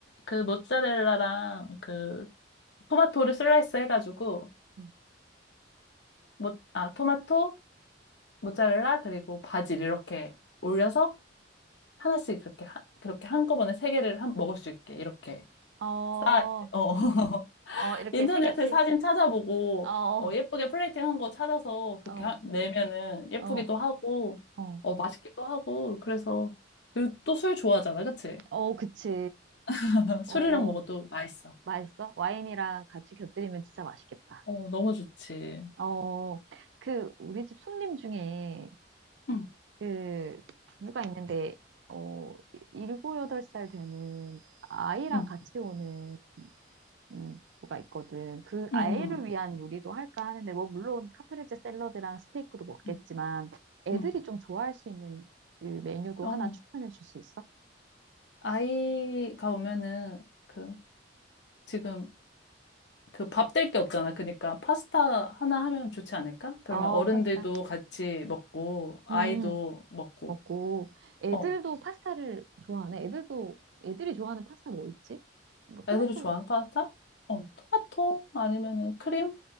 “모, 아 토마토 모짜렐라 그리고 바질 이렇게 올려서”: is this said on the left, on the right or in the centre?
Left